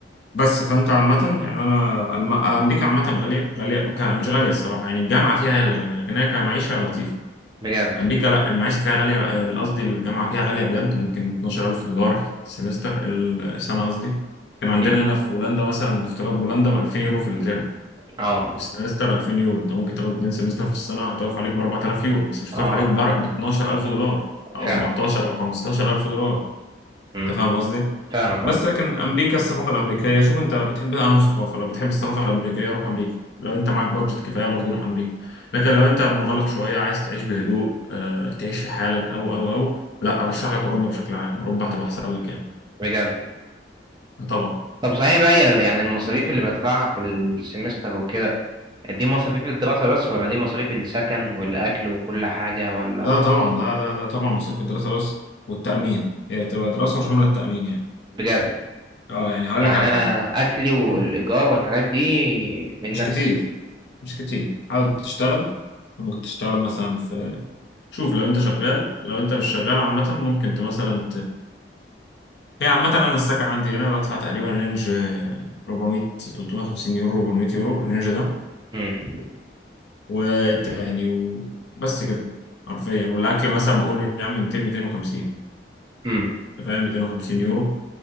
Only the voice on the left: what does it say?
بس فانت عامه يعني انا الم... امريكا عامه غاليه غاليه ك- مش غاليه الصراحه يعني الجامعه فيها هي اللي غاليه لكن هي كمعيشه لطيفه
امريكا لا المعيشه فيها غاليه قصدي الجامعه فيها غاليه بجد ممكن 12000 دولار السمستر السنه قصدي كان عندنا
هنا في هولندا مثلا بافتراض هولندا ب 2000 يورو في الترم
في السمستر 2000 يورو انت ممكن تاخد اتنين سمستر في السنه هتقف عليك ب 4000 يورو بس مش
هتقف عليك ب 12000 دولار او
14 او 15000 دولار
انت فاهم قصدي
بس
لكن امريكا الثقافه الامريكيه شوف انت بتحب انهي ثقافه لو بتحب الثقافه الامريكيه روح امريكا لو انت معاك بادجت كفايه برضو روح امريكا لكن لو انت منغلق شويه عايز تعيش بهدوء آه، تعيش في حالك او او او لا ارشح لك اوروبا بشكل عام اوروبا هتبقى احسن لك يعني
آه طبعا
لا طبعا لا لا لا طبعا مصاريف الدراسه بس والتامين هي تبقى دراسه وشامله التامين يعني
اه يعني هقول
لك على
حاجه
انت
مش
كتير مش كتير حاول تشتغل ممكن تشتغل مثلا في شوف لو انت شغال لو انت مش شغال عامه ممكن ت- مثلا هي عامة أنا السكن عندي هنا بدفع تقريبا رينج آه، 400 350 يورو 400 يورو الرينج ده
والتاني وبس كده حرفيا والأكل مثلا قول يا عم 200 250
أنت فاهم 250 يورو